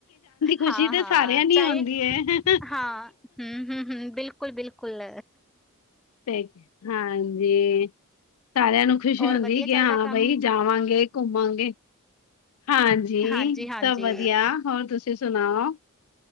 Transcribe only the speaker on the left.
ਖੁਸ਼ੀ
ਤਾਂ ਸਾਰਿਆਂ ਨੂੰ
ਹੁੰਦੀ ਹੈ,
'ਤੇ, ਹਾਂਜੀ। ਸਾਰਿਆਂ ਨੂੰ ਖੁਸ਼ੀ
ਹੁੰਦੀ
ਕਿ ਹਾਂ
ਬਈ ਜਾਵਾਂਗੇ ਘੁੰਮਾਂਗੇ। ਹਾਂਜੀ
ਸਭ ਵਧੀਆ, ਹੋਰ ਤੁਸੀਂ ਸੁਣਾਓ?